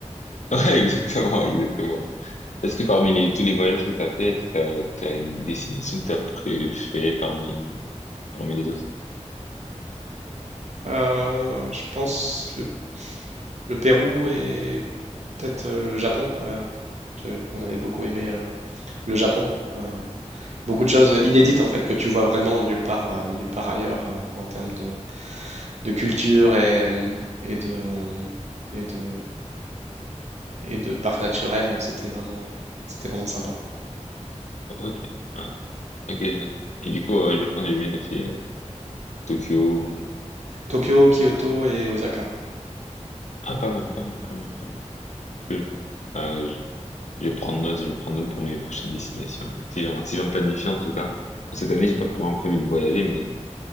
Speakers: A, on the left; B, on the right.
A: <laughs> Ouais, exactement, exactement. Est-ce que parmi les, tous les voyages que t'as fait, est-ce que t'as, t'as une destination que t'as préférée parmi, parmi les autres?
B: Euh, je pense le, le Pérou et peut-être euh, le Japon. euh, je- on avait beaucoup aimé euh, le Japon. euh, beaucoup de choses inédites en fait que tu vois vraiment nulle part, euh, nulle part ailleurs euh, en termes de, de culture et, euh, et de, et de, et de parcs naturels. C'était vraiment, c'était vraiment sympa.
A: Ok, ouais, ok. je- note. Et du coup, euh, je pense que j'ai bien fait euh, Tokyo ou...
B: Tokyo, Kyoto et Osaka.
A: Ah, pas mal, pas mal, pas mal, pas mal. Cool. Euh, Je vais prendre note, je vais prendre note pour mes prochaines destinations. Si j'en, si j'en planifie en tout cas. Cette année, j'ai pas vraiment prévu de voyager, mais